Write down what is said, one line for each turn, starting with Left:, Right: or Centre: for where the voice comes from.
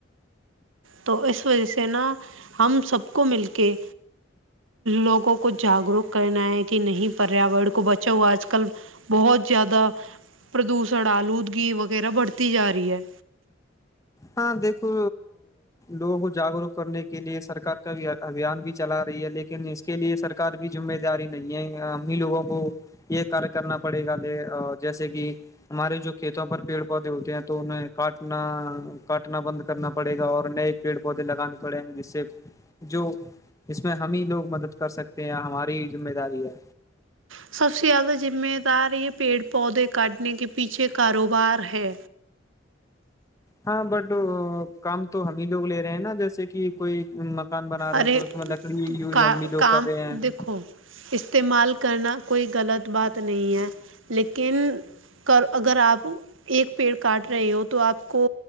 Right: تو اس وجہ سے نا ہم سب کو مل کے لوگوں کو جاگروک کرنا ہے کہ نہیں پریاورن کو بچا ہوا آج کل بہت زیادہ پردوشن آلودگی وغیرہ بڑھتی جا رہی ہے
Left: ہاں دیکھو لوگوں کو جاگروک کرنے کے لیے سرک کا بھی ابھیان بھی چلا رہی ہے لیکن اس کے لیے سرک بھی مہ داری نہیں ہے ہم ہی لوگوں کو یہ کاریہ کرنا پڑے گا لے جیسے کہ ہمارے جو کھیتوں پر پیڑ پودے ہوتے ہیں تو انہیں کاٹنا کاٹنا بند کرنا پڑے گا اور نئے پیڑ پودے لگانے پڑیں گے جس سے جو اس میں ہم ہی لوگ مدد کر سکتے ہیں ہماری ذمہ داری ہے
Right: سب سے زیادہ ذمہ دار یہ پیڑ پودے کاٹنے کے پیچھے کاروبار ہے
Left: ہاں بٹ کام تو ہم ہی لوگ لے رہے ہیں نا جیسے کہ کوئی بنا رہے
Right: ارے
Left: ہیں تو اس میں لکڑی یوز
Right: کا
Left: ہم بھی لوگ
Right: کام
Left: کر رہے ہیں
Right: دیکھو استعمال کرنا کوئی غلط بات نہیں ہے لیکن اگر آپ ایک پیڑ کاٹ رہے ہو تو آپ کو